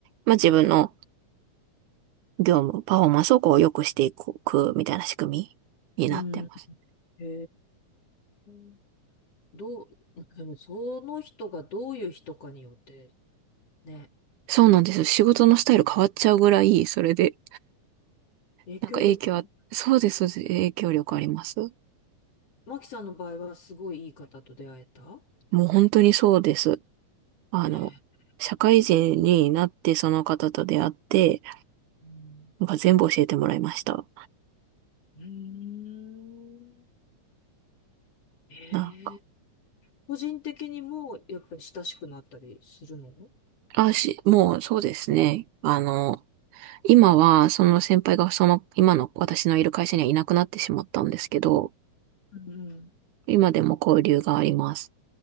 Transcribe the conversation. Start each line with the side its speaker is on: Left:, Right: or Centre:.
Right: まあ、自分の
Left: うん、
Right: 業務、パフォーマンスをこう、良くしていくみたいな仕組みになってます。
Left: うんへえ、どう、でも、その人がどういう人かによって、ね、
Right: そうなんですよ。
Left: すごく
Right: 仕事のスタイル変わっちゃうぐらい、それで、
Left: 影響力ある。
Right: なんか影響はそうです、そうです影響力あります。
Left: マキさんの場合は、すごいいい方と出会えた
Right: もう本当にそうです。あの、
Left: ええ
Right: 社会人になってその方と出会って、
Left: うん、
Right: なんか全部教えてもらいました。
Left: うーん、ええ
Right: なんか、
Left: 個人的にもやっぱり親しくなったりするの
Right: あ、し、もうそうですね。あの、今は、その先輩がその、今の私のいる会社にはいなくなってしまったんですけど、
Left: うんうん。
Right: 今でも交流があります。